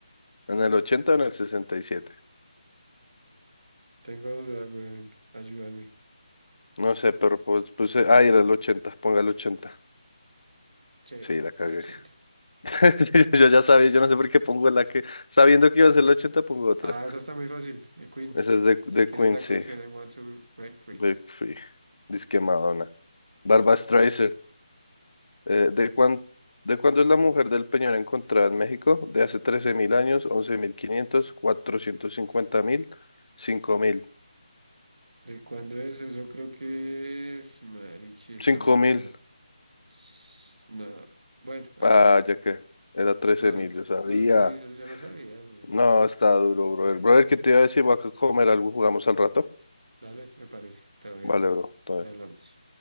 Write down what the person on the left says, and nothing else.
¿En el ochenta o en el sesenta y siete,
No sé, pero pues puse. Ah, era el 80, ponga el ochenta,
Sí, la cagué.
<laughs> Yo ya sabía, yo no sé por qué pongo la que. Sabiendo que iba a ser el 80, pongo otra.
Esa es de, de
Quincy,
Break Free, Disque Madonna. Barbra Streisand. Eh, ¿de cuán, de cuándo es la mujer del Peñón encontrada en México? De hace 13.000 años, once mil quinientos, cuatrocientos cincuenta mil, cinco mil.
Cinco
mil.
Ah, ya que era trece
mil,
yo sabía.
No, está duro, brother. Brother, ¿qué te iba a decir? Voy a comer algo, jugamos al rato.
Vale, bro. todo
bien.